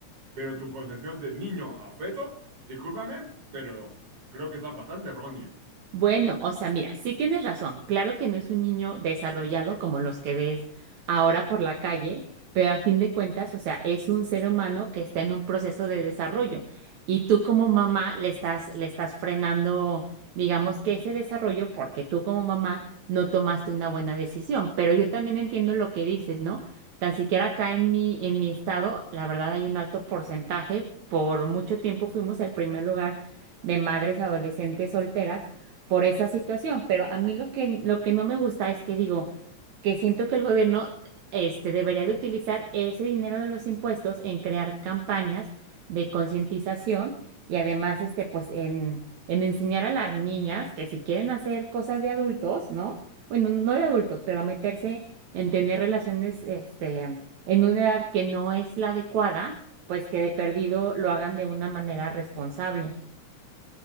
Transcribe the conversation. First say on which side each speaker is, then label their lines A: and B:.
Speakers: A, on the right; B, on the right.
A: pero tu concepción de niño a feto, discúlpame, pero creo que está bastante errónea.
B: Bueno, o sea, mira, sí tienes razón. Claro que no es un niño desarrollado como los que ves ahora por la calle, pero a fin de cuentas, o sea, es un ser humano que está en un proceso de desarrollo y tú como mamá le estás, le estás frenando, digamos que ese desarrollo porque tú como mamá no tomaste una buena decisión. Pero yo también entiendo lo que dices, ¿no? Tan siquiera acá en mi, en mi estado, la verdad hay un alto porcentaje. Por mucho tiempo fuimos el primer lugar de madres adolescentes solteras por esa situación, pero a mí lo que, lo que no me gusta es que digo que siento que el gobierno este, debería de utilizar ese dinero de los impuestos en crear campañas de concientización y además este, pues en, en enseñar a las niñas que si quieren hacer cosas de adultos, ¿no? Bueno, no de adultos, pero meterse en tener relaciones este, en una edad que no es la adecuada, pues que de perdido lo hagan de una manera responsable.